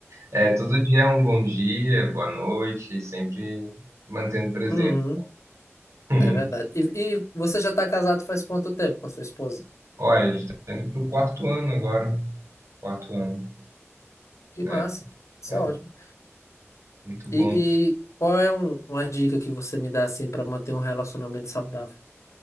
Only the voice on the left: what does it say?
Uhum,
é verdade. E, e você já tá casado faz quanto tempo com a sua esposa?
Que
massa, isso
é ótimo.
E, e qual é um- uma dica que você me dá assim para manter um relacionamento saudável?